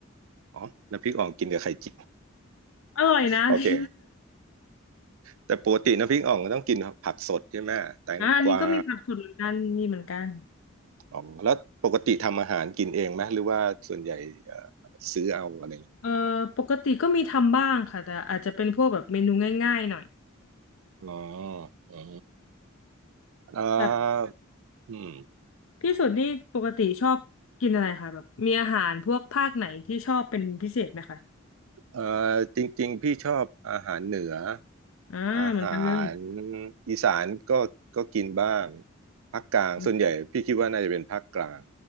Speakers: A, on the right (about 75°); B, on the left (about 70°).
A: อ๋อน้ำพริกอ่องกินกับไข่เจียว
B: อร่อยนะ
A: โอเค
B: <laughs> พี่
A: แต่ปกติน้ำพริกอ่องต้องกินผักสดใช่ไหมแตงกวา
B: อ่ะอันนี้ก็มีผักสดเหมือนกันมีเหมือนกัน
A: อ๋อแล้วปกติทำอาหารกินเองไหมหรือว่าส่วนใหญ่เอ่อซื้อเอาอะไรอย่างงี้
B: เอ่อปกติก็มีทำบ้างค่ะแต่อาจจะเป็นพวกแบบเมนูง่ายๆหน่อย
A: อ๋ออ๋อเอ่อ
B: แบบ
A: อืม
B: พี่สุดนี่ปกติชอบกินอะไรคะแบบมีอาหารพวกภาคไหนที่ชอบเป็นพิเศษไหมคะ
A: เอ่อจริงๆพี่ชอบอาหารเหนือ
B: อ่าเหมือนกันเลย
A: อาหารอีสานก็ก็กินบ้างภาคกลางส่วนใหญ่พี่คิดว่าน่าจะเป็นภาคกลาง
B: อ